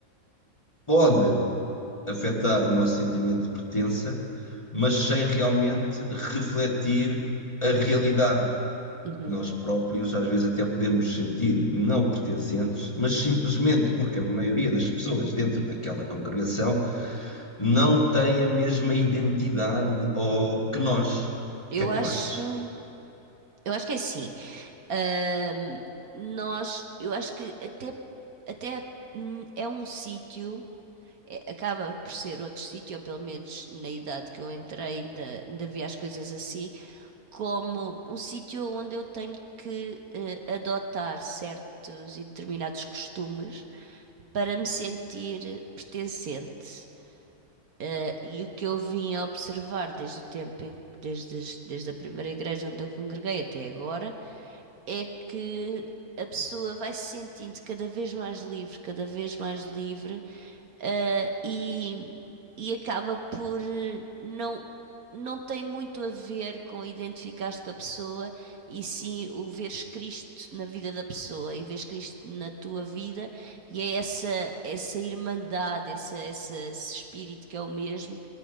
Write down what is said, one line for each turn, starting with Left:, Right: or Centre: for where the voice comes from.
Left: pode afetar o nosso sentimento de pertença, mas sem realmente refletir a realidade.
Right: uhum.
Left: Nós próprios, às vezes, até podemos sentir não pertencentes, mas simplesmente porque a maioria das pessoas dentro daquela congregação não tem a mesma identidade ou, que nós.
Right: Eu
Left: O que é que
Right: acho,
Left: tu achas?
Right: eu acho que é assim. Ahm, nós, eu acho que até, até hum, é um sítio, é- acaba por ser outro sítio, ou pelo menos na idade que eu entrei, ainda, ainda vi as coisas assim, como um sítio onde eu tenho que eh, adotar certos e determinados costumes para me sentir pertencente. Eh, e o que eu vim a observar desde o tempo em, desde, desde a primeira igreja onde eu congreguei até agora é que a pessoa vai se sentindo cada vez mais livre, cada vez mais livre, eh, e, e acaba por eh, não. Não tem muito a ver com identificar-te com a pessoa e sim o veres Cristo na vida da pessoa e veres Cristo na tua vida, e é essa, essa irmandade, essa, essa- esse espírito que é o mesmo